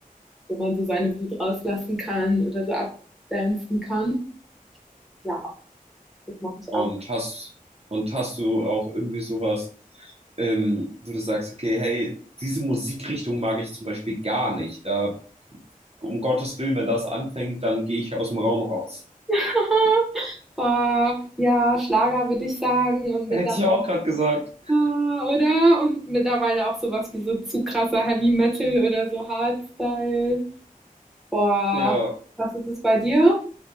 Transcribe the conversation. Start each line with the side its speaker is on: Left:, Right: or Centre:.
Centre: wo man so seine Wut rauslassen kann oder so abdancen kann. Ja, das mache ich
Right: Und
Centre: auch
Right: hast, und hast du auch irgendwie sowas, ähm, wo du sagst, okay, hey, diese Musikrichtung mag ich zum Beispiel gar nicht. Da um Gottes Willen, wenn das anfängt, dann gehe ich aus dem Raum raus.
Centre: <laughs> Aha. Boah, ja, Schlager würde ich sagen und mittlerweile
Right: Hätte ich auch gerade gesagt.
Centre: ah, oder? Und mittlerweile auch sowas wie so zu krasser Heavy Metal oder so Hardstyle. Boah,
Right: Ja,
Centre: was ist es bei dir?